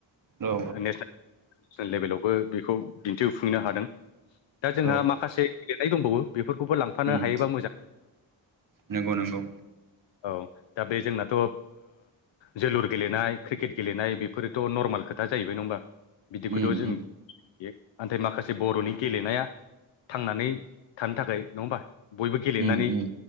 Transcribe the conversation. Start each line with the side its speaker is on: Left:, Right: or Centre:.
Right: औ
Left: नेसेनेल लेभेलावबो बेखौ दिन्थिफुंनो हादों। दा जोंहा
Right: औ
Left: माखासे गेलेनाय दंबावो बेफोरखौबो लांफानो
Right: उम
Left: हायोबा मोजां।
Right: नंगौ नंगौ
Left: औ दा बे जोंनाथ' जोलुर गेलेनाय क्रिकेट गेलेनाय बेफोरोथ' नर्मेल खोथा। दा जाहैबाय नङा होमबा बिदिखौथ'
Right: उम
Left: जों
Right: उम
Left: नाथाय माखासे बर'नि गेलेनाया थांनानै थानो थाखाय नङा होमबा बयबो गेलेनानै
Right: उम उम